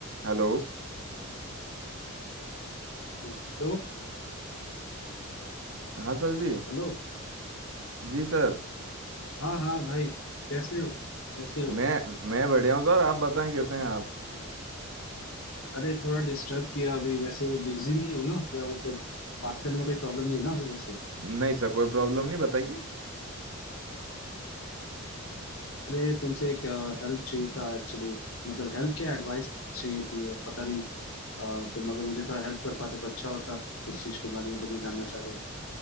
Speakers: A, on the right; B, on the left.
A: Hello
B: Hello
A: हाँ sir जी
B: Hello
A: जी सर
B: हाँ हाँ भाई कैसे हो कैसे हो
A: मैं मैं बढ़िया हूँ सर आप बताएं कैसे हैं आप
B: अरे थोड़ा डिस्टर्ब किया अभी वैसे बिजी नहीं हो ना या मतलब बात करने में कोई प्रॉब्लम नहीं है ना अभी वैसे
A: नहीं सर कोई प्रॉब्लम नहीं बताइए
B: अरे तुमसे एक हेल्प चाहिए था एक्चुअली मतलब हेल्प क्या एडवाइस चाहिए थी और पता नहीं अ, तुम अगर मुझे थोड़ा हेल्प कर पाते तो अच्छा होता इस चीज के बारे में जो मैं जानना चाह रहा हूँ